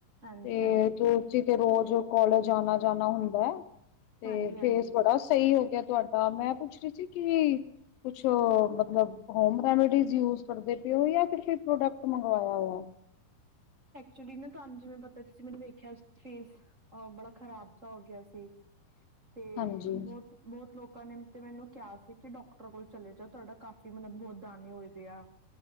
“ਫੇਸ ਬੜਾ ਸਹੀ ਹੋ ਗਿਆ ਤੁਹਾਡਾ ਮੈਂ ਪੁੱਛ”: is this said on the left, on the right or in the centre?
Left